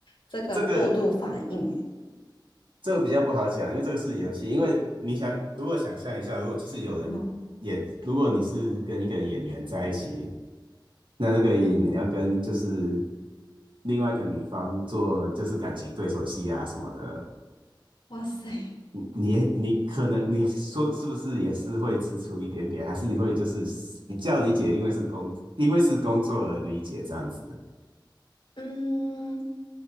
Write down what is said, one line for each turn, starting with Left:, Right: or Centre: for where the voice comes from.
Left: 这个过度反应。
Right: 这个这个比较不好讲，因为这个是游戏。因为你想，如果想象一下，如果就是有人演，
Left: 嗯
Right: 如果你是跟一个演员在一起，那那个演员要跟就是
Left: 嗯，
Right: 另外一个女方做就是感情对手戏啊什么的，
Left: 哇塞，
Right: 你你可能你说是不是也是会吃醋一点点，还是你会就是比较理解，因为是工因为是工作而理解这样子的。
Left: 嗯，